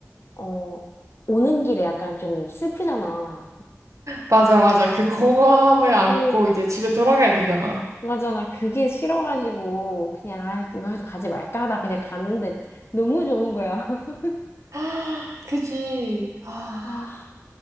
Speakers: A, on the left; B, on the right.
A: 어 오는 길에 약간 좀 슬프잖아.
B: 맞아, 맞아. 그 공허함을 안고
A: 어,
B: 이제 집에 돌아가야 되잖아.
A: 맞아, 나 그게 싫어가지고, 그냥, 아, 이번 주 가지 말까 하다 그냥 갔는데 너무 좋은 거야. <laughs>
B: 아, 그지. 아,
A: 아,